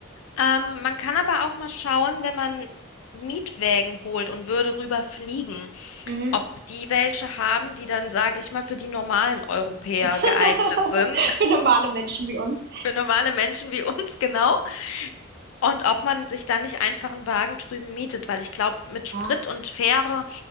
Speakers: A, on the left; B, on the right.
A: Ähm, man kann aber auch mal schauen, wenn man Mietwägen holt und würde rüber fliegen,
B: Mhm.
A: ob die welche haben, die dann, sage ich mal, für die normalen Europäer
B: <laughs>
A: geeignet sind,
B: Für normale Menschen wie uns.
A: <laughs> für normale Menschen wie uns <laughs> genau, und ob man sich dann nicht einfach einen Wagen drüben mietet, weil ich glaube, mit Sprit
B: Ja.
A: und Fähre,